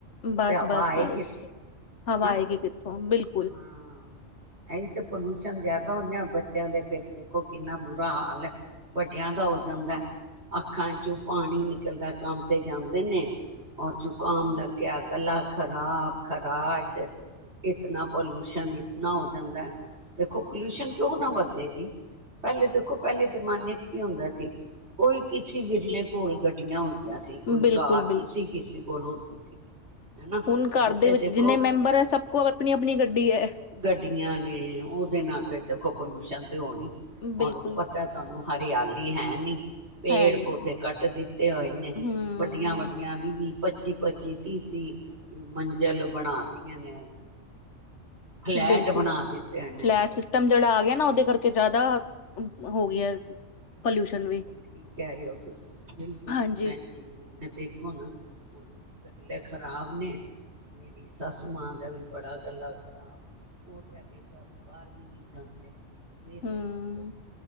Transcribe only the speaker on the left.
ਬਸ
ਬਸ
ਬਸ
ਹਵਾ
ਆਏਗੀ ਕਿੱਥੋਂ ਬਿਲਕੁਲ
ਬਿਲਕੁਲ,
ਹੁਣ ਘਰ
ਦੇ ਵਿੱਚ
ਜਿੰਨੇ ਮੈਂਬਰ ਹੈ ਸਭ
ਕੁ ਆਪਣੀ
ਆਪਣੀ
ਗੱਡੀ ਹੈ।
ਬਿਲਕੁਲ,
ਹੈ ਨਹੀਂ।
ਹੂੰ,
ਬਿਲਕੁਲ
ਫਲੈਟ ਸਿਸਟਮ। ਜਿਹੜਾ ਆ ਗਿਆ ਨਾ ਉਹਦੇ ਕਰਕੇ ਜ਼ਿਆਦਾ ਹੋ ਗਿਆ ਪੋਲਿਊਸ਼ਨ
ਵੀ
ਹਾਂਜੀ
ਹੂੰ